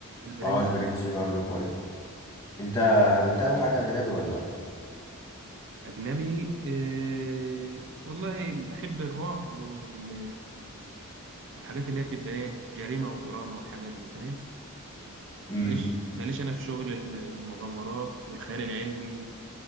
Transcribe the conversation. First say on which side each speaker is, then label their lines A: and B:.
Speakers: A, on the right; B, on the left.
A: البرنس
B: اه البرنس
A: برضه
B: برضو كويس انت بتتابع حاجة أجنبي ولا لأ؟
A: اجنبي إيه... والله بحب الرعب وال... والحاجات اللي هي بتبقى ايه جريمه ودراما والحاجات دي فاهم
B: امم
A: ماليش ماليش انا في شغل ال- المغامرات والخيال العلمي